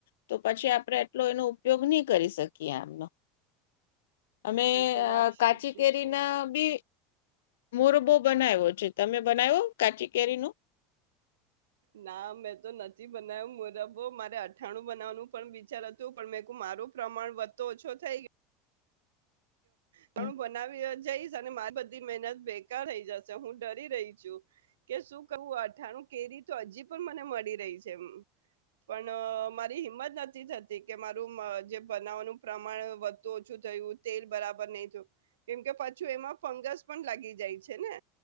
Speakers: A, on the left; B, on the right.
A: તો પછી આપણે એટલો એનો ઉપયોગ નહી કરી શકીએ, આમનો અમે
B: એ તો વાત સાચી
A: કાચી કેરી
B: છે.
A: ના બી. મોરબો બનાવ્યો છે, તમે બનાવો કાચી કેરી નું
B: ના, મેં તો નથી બનાવ્યું, મોરબો મારે અઠાણું બનાવાનું પણ વીચાર હતું. પણ મેં ક મારું પ્રમાણ વધતો ઓછો થઈ ગયો. તણું
A: હમ.
B: બનાવી જઈશ. અને મારી બધી મહેનત બેકાર થઈ જશે, હું ડરી રહી છું. કે શું કરવું? અઠાણું કેરી તો, હજી પણ મને મળી રહી છે. પણ મારી હિંમત નથી થતી કે, મારું જે બનાવવાનું પ્રમાણ વધતુ ઓછું થયું. તેલ બરાબર નહી, તો કેમકે પાછું એમાં ફંગસ પણ લાગી જાય છે ને.